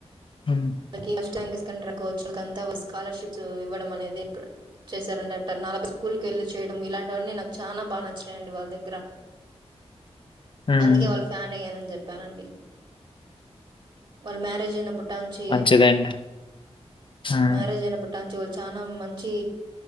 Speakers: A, on the left; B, on the right.
A: హ్మ్.
B: అకే <unintelligible> స్కాలర్షిప్స్ ఇవ్వడం అనేది చేశారండి అట్ట నలభై స్కూల్ వెళ్ళి చేయడం ఇలాంటివన్నీ నాకు చాలా బాగా నచ్చాయండి వాళ్ళ దగ్గర
A: హ్మ్.
B: అందుకే వాళ్ళ ఫ్యాన్ అయ్యానని చెప్పి చెప్పానండి వాళ్ళు మ్యారేజ్ అయినప్పుట్టాంచి
A: మంచిదండి. హ్మ్.
B: మ్యారేజ్ అయినప్పుట్టాంచి వాళ్ళు చాలా మంచి